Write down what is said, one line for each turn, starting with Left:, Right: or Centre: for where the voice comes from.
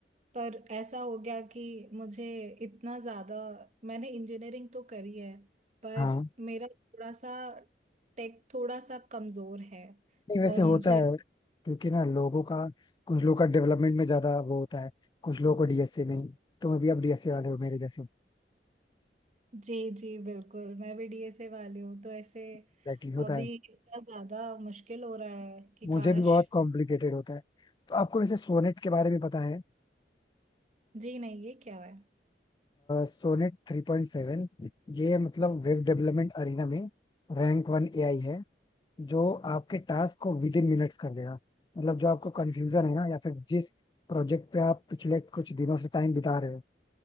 Right: पर ऐसा हो गया कि मुझे इतना ज्यादा मैंने इंजीनियरिंग तो करी है पर
Left: हाँ
Right: मेरा थोड़ा सा टेक थोड़ा सा कमजोर है
Left: नहीं वैसे
Right: और
Left: होता
Right: मुझे
Left: है क्योंकि ना लोगों का कुछ लोगों का डेवलपमेंट में ज्यादा वो होता है कुछ लोगों को डीएसए में तुम्हें भी आप डीएसए वाले हो मेरे जैसे
Right: जी जी बिल्कुल मैं भी डीएसए वाली हूँ तो ऐसे
Left: एग्जैक्टली होता
Right: अभी
Left: है
Right: इतना ज्यादा मुश्किल हो रहा है कि
Left: मुझे
Right: काश
Left: भी बहुत कॉम्प्लिकेटेड होता है तो आपको वैसे सोनेट के बारे में पता है
Right: जी नहीं ये क्या है
Left: सोनेट थ्री पॉइंट सेवन ये मतलब वेब डेवलपमेंट अरीना में रैंक वन एआई है जो आपके टास्क को विद इन मिनट्स कर देगा मतलब जो आपको कंफ्यूजन है ना या फिर जिस प्रोजेक्ट पे आप पिछले कुछ दिनों से टाइम बिता रहे हो